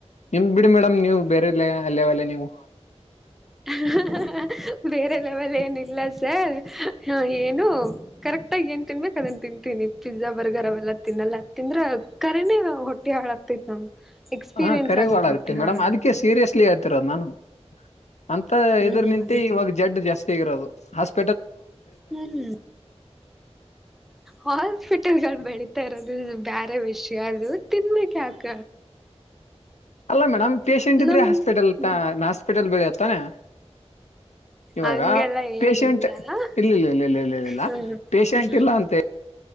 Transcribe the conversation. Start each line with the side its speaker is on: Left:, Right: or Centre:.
Left: ನಿಮ ಬಿಡಿ ಮೇಡಮ್ ನೀವು ಬೇರೆಲ್ಲ ಲ್ಲೇವಲ್ಲೆ ನೀವು.
Centre: ಹ ಹ ಹ ಬೇರೆ ಲೆವೆಲ್ ಏನ ಇಲ್ಲ ಸರ್ ಹ ಏನು ಕರೆ ಟ್ಟಾಗಿ ಏನ್ ತಿನ್ಬೇಕ ಅದನ್ ತಿಂತೀನಿ ಪಿಜ್ಜಾ ಬರ್ಗರ್ ಅವೆಲ್ಲ ತಿನ್ನಲ್ಲ ತಿಂದ್ರ ಕರೆನೇ ಹೊಟ್ಟಿ ಹಾಳ ಆಗ್ತೈತ್ ನಮ್ ಎಕ್ಸ್ಪೀರಿಯನ್ಸ್
Left: ಹ ಕರೆಗೋಳ
Centre: ಆಗೇತ್
Left: ಆಗುತ್ತೆ
Centre: ಹೊಟ್ಟಿ ಹಾಳಾಗಿ.
Left: ಮೇಡಮ್ ಅದಕ್ಕೆ ಸೀರಿಯಸ್ಲಿ ಹೇಳ್ತಿರೋದು ನಾನು ಅಂತ
Centre: ಹ್ಮ್
Left: ಇದ್ರ ನಿಂತ
Centre: ಅದಕ್ಕೆ
Left: ಇವಾಗ ಜಡ್ ಜಾಸ್ತಿ ಆಗಿರೋದು ಹಾಸ್ಪ
Centre: ಹ್ಮ್ ಹಾಸ್ಪಿಟಲ್ಗ ಅನ್ಬೇಡಿ. ತರದು ಬ್ಯಾರೆ ವಿಷಯ ಅದು ತಿನ್ಬೇಕ್ ಯಾಕ.
Left: ಅಲ್ಲ ಮೇಡಮ್ ಪೇಶೆಂಟ್ ಇದ್ರೆ
Centre: ನಮ್
Left: ಹಾಸ್ಪಿಟಲ್
Centre: ಹ್ಮ್
Left: ತಾ ಹಾಸ್ಪಿಟಲ್ ಬೆಳೆಯದ ತಾನೇ. ಇವಾಗಾ
Centre: ಹಂಗೆಲ್ಲ
Left: ಪೇಶಂಟ್
Centre: ಏನಿಲ್ಲ
Left: ಇಲ್ಲಿಲ್ಲ ಇಲ್ಲಿಇಲ್ಲಾ ಲ್ಲ ಇಲ್ಲಿಲ್ಲ
Centre: ಹ್ಮ್
Left: ಪೇಶಂಟ್
Centre: ಹ್ಮ್
Left: ಇಲ್ಲ ಅಂತ